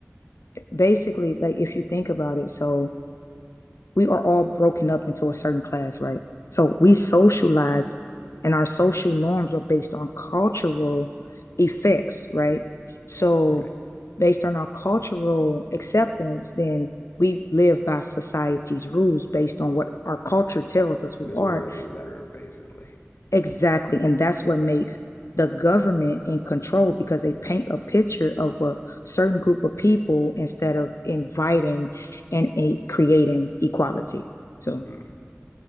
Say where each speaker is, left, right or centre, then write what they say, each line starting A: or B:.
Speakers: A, on the left (about 85°); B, on the left (about 60°).
A: basically like if you think about it so we are all broken up into a certain class, right? So we socialize
B: Right,
A: and our social norms are based on cultural effects, right? So
B: right.
A: based on our cultural acceptance, then we live by society's rules based on what our culture tells us we
B: Because
A: are
B: we don't know any better, basically.
A: exactly. And that's what makes the government in control because they paint a picture of a certain group of people instead of inviting and a, creating equality. So
B: Hmm.